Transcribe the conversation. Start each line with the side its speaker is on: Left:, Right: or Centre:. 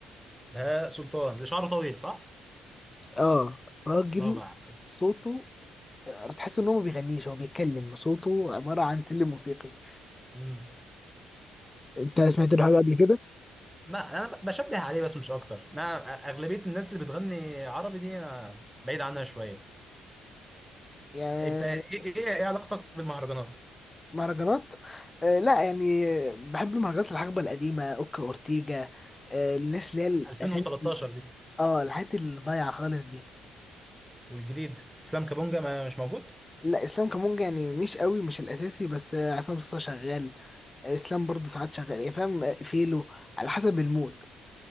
Centre: بهاء سلطان اللي شعره طويل صح؟
Left: اه راجل
Centre: اه بقى
Left: صوته آه، تحس ان هو ما بيغنيش هو بيتكلم صوته عباره عن سلم موسيقي
Centre: امم
Left: انت سمعت له
Centre: ط-
Left: حاجه قبل
Centre: لا انا ب- بشبه عليه بس مش اكتر انا أ- اغلبيه الناس اللي بتغني عربي دي أنا بعيد عنها شويه
Left: كده؟
Centre: انت ايه ايه إيه علاقتك بالمهرجانات
Left: مهرجانات آه لا يعني بحب المهرجانات الحقبة القديمة اوكا اورتيجا آه الناس اللي هي الاغاني
Centre: 2013 دي
Left: اه الحاجات اللي ضايعة خالص دي
Centre: والجديد اسلام كابونجا ما مش موجود
Left: لا اسلام كمونجا يعني مش قوي مش الاساسي بس آه، عصام صاصا شغال آه، اسلام برضه ساعات شغال يعني فاهم آه، فيلو على حسب المود